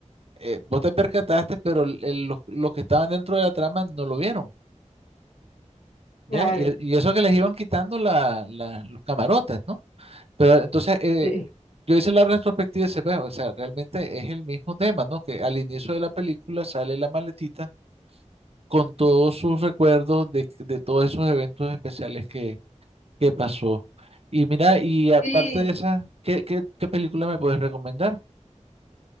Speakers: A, on the right; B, on the left.
A: eh, vos te percataste, pero el- el- los, los que estaban dentro de la trama no lo vieron, ¿ya?
B: Claro,
A: Y, y eso que les iban quitando la, la- los camarotes, ¿no? Pero entonces, eh,
B: sí.
A: yo hice la retrospectiva y se ve, o sea, realmente es el mismo tema, ¿no? Que al inicio de la película sale la maletita con todos sus recuerdos de, de todos esos eventos especiales que, que pasó. Y mira, y aparte
B: Sí,
A: de esa, ¿qué, qué, qué película me puedes recomendar?